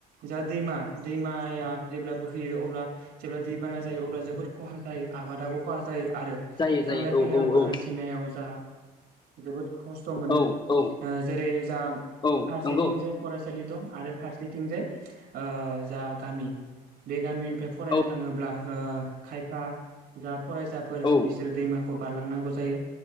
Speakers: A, on the right; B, on the left.
A: जा दैमा दैमाया जेब्ला बोहैयो अब्ला जेब्ला दैबाना जायो अब्ला जोबोद खहा जायो आबादाबो खहा जायो आरो
B: जायो
A: थांलाय
B: जायो
A: फैलायावबो
B: औ औ औ
A: हान्थिनायाव जा जोबोद खस्थ' मोनो
B: औ औ
A: ओ जेरै जा
B: औ
A: फारसेथिंजाय
B: नंगौ
A: फरायसालि दं आरो फारसेथिंजाय ओ जा गामि बे गामि बे फरायनो
B: औ
A: थाङोब्ला ओ खाय आ जा फरायसाफोर
B: औ
A: बिसोरो दैमाखौ बारलांनांगौ जायो।